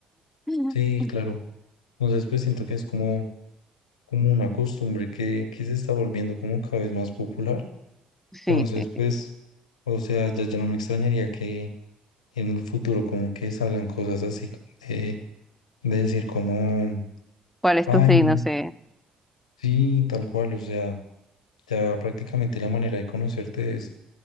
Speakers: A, in the centre; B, on the left.
A: <laughs>
B: Sí, claro. Entonces, pues siento que es como, como una costumbre que, que se está volviendo como cada vez más popular.
A: Sí,
B: Entonces,
A: sí, sí.
B: pues, o sea, ya, ya no me extrañaría que en el futuro como que salgan cosas así co- de, de decir como,
A: ¿Cuál es
B: ay,
A: tu signo?
B: no,
A: Sí.
B: sí, tal cual. O sea, ya prácticamente la manera de conocerte es,